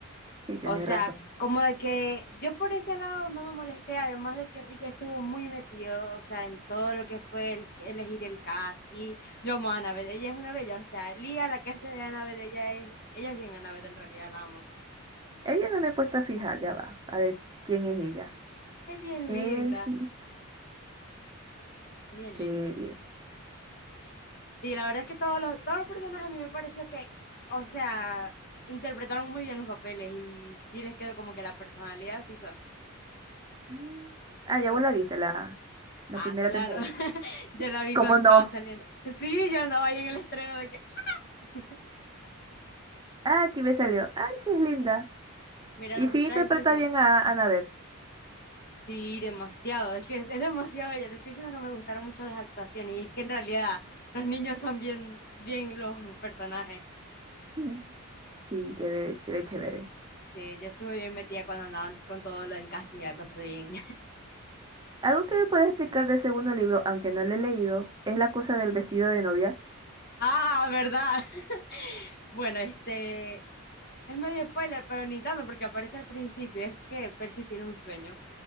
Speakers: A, on the right (about 20°); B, on the left (about 50°).
A: Sí, tenéis
B: O sea,
A: razón.
B: como de que yo por ese lado no me molesté, además de que Rick estuvo muy metido, o sea, en todo lo que fue el- elegir el cast y yo amo a Annabeth, ella es una bella, o sea, Lía, la que hace de Annabeth, ella es, ella es bien Annabeth en realidad, la amo.
A: Ella no me he puesto a fijar, ya va. A ver, ¿quién es ella?
B: Es bien
A: Es
B: linda, es bien
A: serie.
B: linda. Sí, la verdad es que todos los, todos los personajes a mí me pareció que, o sea, interpretaron muy bien los papeles y sí les quedó como que la personalidad sí son.
A: Mm. Ah, ya
B: Me
A: vos
B: gustaron.
A: la viste, la, la
B: Ah,
A: primera
B: claro.
A: temporada.
B: <laughs> Yo la vi
A: ¿Cómo
B: cuando estaba
A: no?
B: saliendo. Sí, yo andaba ahí en el estreno de que. <laughs>
A: Ah, aquí me salió. Ay, sí, es linda.
B: Mira,
A: Y
B: nosotras
A: sí interpreta
B: incluso.
A: bien a Annabeth. <laughs>
B: Sí, demasiado. Es que es, es demasiado ella. Te estoy diciendo que me gustaron mucho las actuaciones y es que en realidad los niños son bien, bien los personajes.
A: Mm. Sí, te ve, se ve chévere.
B: Sí, yo estuve bien metida cuando andaban con todo lo del casting y la cosa bien.
A: Algo que me puedes explicar del segundo libro, aunque no lo he leído, es la cosa del vestido de novia.
B: Ah, ¿verdad? <laughs> Bueno, este es medio spoiler, pero ni tanto porque aparece al principio. Es que Percy tiene un sueño,